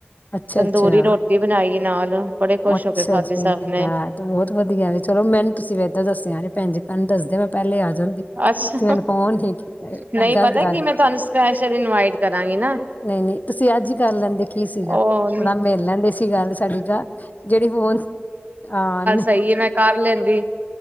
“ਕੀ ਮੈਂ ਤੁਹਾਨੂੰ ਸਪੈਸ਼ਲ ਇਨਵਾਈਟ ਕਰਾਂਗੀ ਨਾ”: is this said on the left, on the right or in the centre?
Right